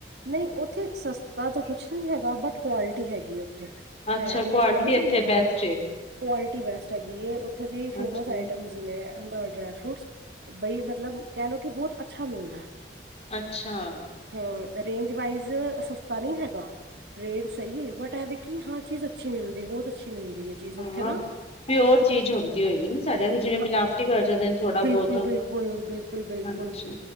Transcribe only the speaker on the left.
ਅੱਛਾ
ਕੁਆਲਿਟੀ
ਇੱਥੇ
ਬੈਸਟ ਏ
ਅੱਛਾ
ਅੱਛਾ।
ਹਾਂ
ਪਿਓਰ ਚੀਜ਼ ਹੁੰਦੀ ਹੋਏਗੀ, ਨਾ ਸਾਡੇ ਜਿਵੇਂ
ਮਿਲਾਵਟੀ ਕਰ ਜਾਂਦੇ ਨੇ ਥੋੜਾ
ਬਹੁਤ।
ਹਾਂਜੀ